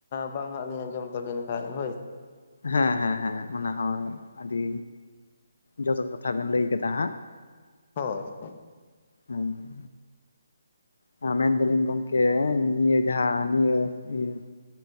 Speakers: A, on the left; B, on the left.
A: ᱵᱟᱝ ᱦᱟᱸᱜ ᱞᱤᱧ ᱟᱸᱡᱚᱢ ᱛᱟᱵᱤᱱ ᱠᱷᱟᱱᱡ ᱦᱳᱭ ᱾
B: ᱦᱮᱸ ᱦᱮᱸ ᱦᱮᱸ ᱚᱱᱟ ᱦᱚᱸ ᱟᱹᱰᱤ ᱡᱚᱛᱷᱟᱛ ᱠᱟᱛᱷᱟ ᱵᱮᱱ ᱞᱟᱹᱭ ᱠᱟᱫᱟ ᱦᱟᱸᱜ ᱾
A: ᱦᱳᱭ <unintelligible>
B: ᱦᱩᱸ ᱾ ᱦᱟᱸ ᱢᱮᱱ ᱫᱟᱞᱤᱧ ᱜᱚᱝᱠᱮ ᱱᱤᱭᱟᱹ ᱡᱟᱦᱟᱸ ᱱᱤᱭᱟᱹ ᱤᱭᱟᱹ